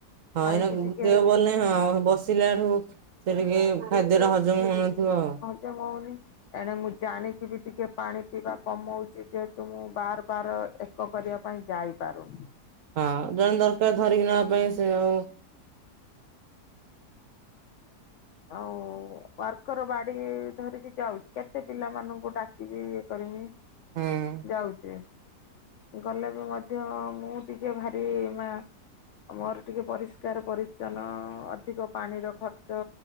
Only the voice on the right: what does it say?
ହଁ
ଏଇନା ଗୁ
ଦେହ ଭଳନାହିଁ ହଁ ବ ସିଲା ଠୁ ସେ ଟିକେ ଖାଦ୍ୟଟା ହଜମ ହଉନଥିବ ଆଉ।
ହଁ ଜଣେ ଦରକାର ଧରିକି ନବା ପାଇଁ ସେ ଆଉ
ହୁଁ